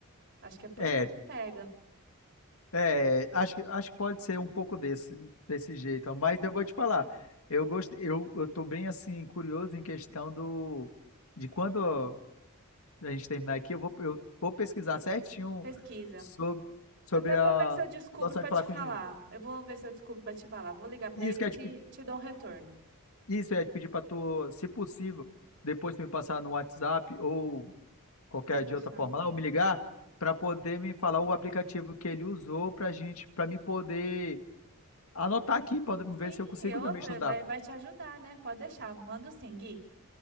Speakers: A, on the right; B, on the left.
A: Acho que é por
B: É,
A: isso que pega.
B: é, acho, que- acho que pode ser um pouco desse, desse jeito, ó. mas eu vou te falar, eu gosto, eu, eu tô bem assim, curioso em questão do, de quando a gente terminar aqui, eu vou, eu vou pesquisar certinho
A: Pesquisa.
B: sobre, sobre
A: Eu até vou
B: a
A: ver se eu descubro
B: situação
A: para
B: de falar
A: te falar.
B: com o juiz.
A: Eu vou ver se eu descubro para te falar. Vou ligar para
B: Isso
A: ele
B: que
A: e
B: eu
A: te,
B: ia te pedir,
A: te dou um retorno.
B: isso que eu ia te pedir para tu, se possível, depois tu me passar no WhatsApp ou qualquer
A: Pode
B: de
A: deixar.
B: outra forma lá, ou me ligar
A: Sim.
B: para poder me falar o aplicativo que ele usou para gente, para me poder anotar aqui, para ver
A: Sim,
B: se eu consigo
A: e outra
B: também estudar,
A: vai, vai te ajudar, né? Pode deixar. Mando sim, Gui.